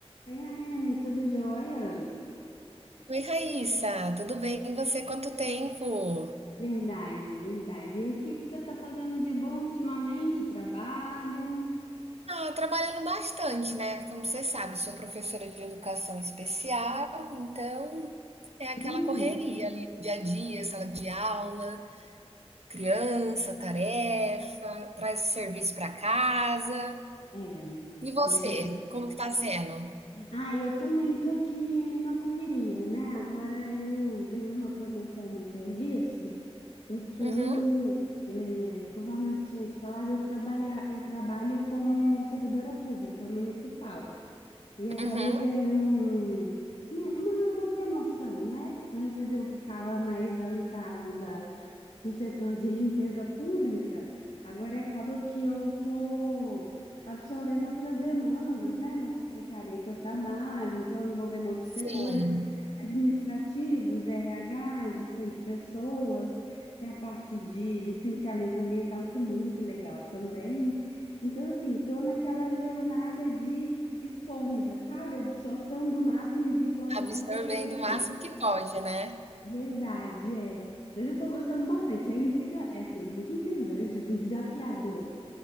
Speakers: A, on the left; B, on the right.
A: Oi, Rayane, tudo jóia?
B: Oi, Raíssa, tudo bem? E você? Quanto tempo?
A: Verdade, verdade. E o que que você está fazendo de bom ultimamente? Trabalho?
B: Ah, trabalhando bastante, né? Como você sabe, sou professora de educação especial, então é aquela
A: Hum,
B: correria ali no dia a dia, sala de aula, criança, tarefa, traz serviço para casa.
A: é,
B: E você?
A: professor.
B: Como que tá sendo?
A: Ah, eu também tô aqui na correria, né? Agora eu ganhei uma promoção no serviço, porque
B: Uhum,
A: eu, é, conforme eu tinha te falado, eu trabalhar, eu trabalho como servidora pública municipal. E acabei
B: uhum.
A: ganhando um, um- uma, uma promoção, né? Antes eu ficava mais ao encargo da do setor de limpeza pública, agora acaba que eu estou absorvendo outras demandas, né, na secretaria que eu trabalho, então envolvendo outros setores
B: Sim,
A: administrativos, RH, gestão de pessoas, tem a parte de licenciamento ambiental, que é muito legal também. Então, assim, estou naquela jornada de esponja, sabe? Absorção do máximo de informação
B: absorvendo
A: que eu consigo.
B: o máximo que pode, né?
A: Verdade, é. Mas eu tô gostando bastante. É intriga, é assim, muito intrigante, assim, desafiador,